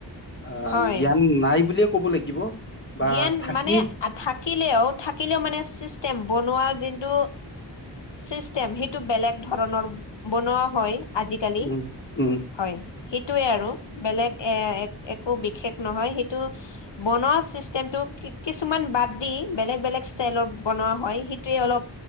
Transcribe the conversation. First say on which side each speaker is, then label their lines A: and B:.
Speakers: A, on the left; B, on the left.
A: আহ
B: হয়
A: জ্ঞান নাই বুলিয়ে ক'ব লাগিব। বা
B: জ্ঞান
A: থাকি
B: মানে থাকে সেইয়াও থাকিলোঁ মানে চিষ্টেম বনোৱা জিনটো চিষ্টেম সেইটো বেলেগ ধ ৰণৰ বনোৱা হয় আজিকালি
A: উম, উম,
B: হয়। সেই টোই আৰু বেলেগ এ একো বিশষ নহয় সেইটো বনোৱা চিছ কিছুমান বাদ দি বেলেগ বেলেগ ষ্টতাইলত বনুৱা হয়। অলপ